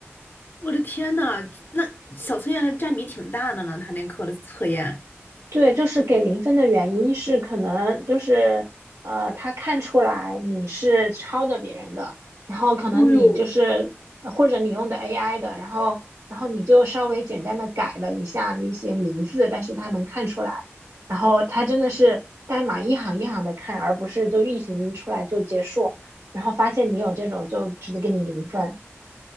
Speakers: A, on the left; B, on the right.
A: 我的天呐，那小测验占比挺大的呢，他那课的测验。
B: 对，就是给零分的原因是可能就是呃，他看出来你是抄的别人的，然后可能你就是呃或者你用的
A: 哦呦，
B: AI 的，然后然后你就稍微简单的改了一下那些名字，但是他能看出来，然后他真的是代码一行一行的看，而不是就运行出来就结束，然后发现你有这种就直接给你零分。